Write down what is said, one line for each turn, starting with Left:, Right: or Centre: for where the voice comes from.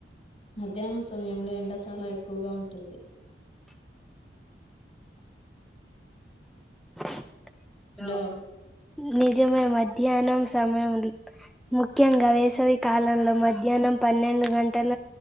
Left: మధ్యాహ్నం సమయంలో ఎండ చాలా ఎ ఎక్కువగా ఉంటుంది
Centre: <unintelligible>
Left: హలో
Centre: నిజమే మధ్యాహ్నం సమయం ముఖ్యంగా వేసవి కాలంలో మధ్యాహ్నం పన్నెండు గంటల